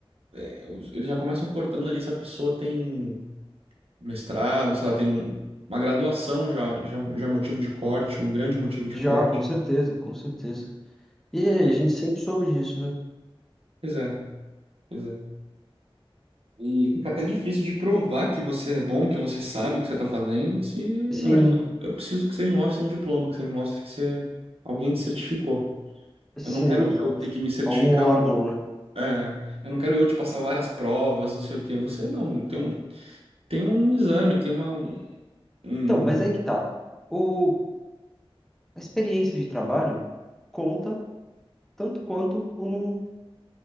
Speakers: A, on the right (about 80°); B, in the centre.
A: é, os- eles já começam cortando ali se a pessoa tem mestrado, se ela tem um- uma graduação já, já, já é motivo de corte, um grande motivo de
B: Já,
A: corte.
B: com certeza, com certeza. E a gente sempre soube disso, né?
A: Pois é, pois é. E fica até difícil de provar que você é bom, que você sabe o que você está fazendo, se...
B: Sim,
A: Não, ele fala, eu preciso que você me mostre um diploma, que você me mostre que você... alguém te certificou.
B: sim,
A: Eu não quero
B: exato.
A: eu ter que me certificar.
B: Algum órgão, né?
A: É, eu não quero eu te passar várias provas, não sei o quê. Você não, tem um, tem um exame, tem uma... Um, um,
B: Então, mas aí que tá. O, a experiência de trabalho conta tanto quanto um